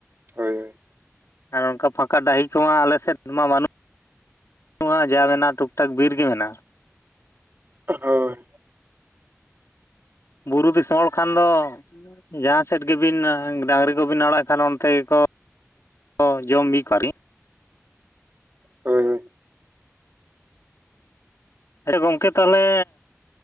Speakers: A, on the right (about 45°); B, on the left (about 70°).
A: ᱦᱳᱭ
B: ᱟᱨ ᱚᱱᱠᱟ ᱯᱷᱟᱸᱠᱟ ᱰᱟᱹᱦᱤ ᱠᱚᱢᱟ ᱟᱞᱮ ᱥᱮᱫ ᱢᱟ ᱵᱟᱹᱱᱩᱜ᱾ ᱱᱚᱣᱟ ᱡᱟ ᱢᱮᱱᱟᱜᱼᱟ ᱴᱩᱠ ᱴᱟᱠ ᱵᱤᱨ ᱜᱮ ᱢᱮᱱᱟᱜᱼᱟ᱾
A: ᱦᱳᱭ᱾
B: ᱵᱩᱨᱩ ᱫᱤᱥᱚᱢ ᱦᱚᱲ ᱠᱷᱟᱱ ᱫᱚ ᱼᱼ ᱡᱟᱦᱟᱸ ᱥᱮᱫ ᱜᱮᱵᱤᱱ ᱰᱟᱹᱝᱨᱤ ᱠᱚᱵᱤᱱ ᱟᱲᱟᱜ ᱠᱷᱟᱱ ᱚᱱᱛᱮ ᱜᱮᱠᱚ ᱼᱼ ᱚ ᱡᱚᱢ ᱵᱤ ᱠᱚ ᱟᱨᱤᱼᱼ
A: ᱦᱳᱭ᱾
B: ᱟᱪᱷᱟ ᱜᱚᱢᱠᱮ ᱛᱟᱦᱚᱞᱮ,